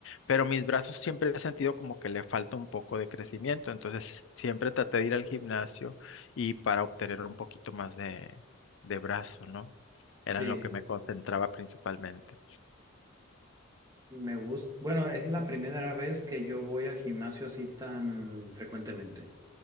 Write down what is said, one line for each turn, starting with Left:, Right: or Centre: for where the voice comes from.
Left: pero mis brazos siempre he sentido como que le falta un poco de crecimiento, entonces siempre traté de ir al gimnasio y para obtener un poquito más de, de brazo, ¿no?
Right: Sí,
Left: Era en lo que me concentraba principalmente.
Right: me gusta. Bueno, es la primera vez que yo voy al gimnasio así tan frecuentemente.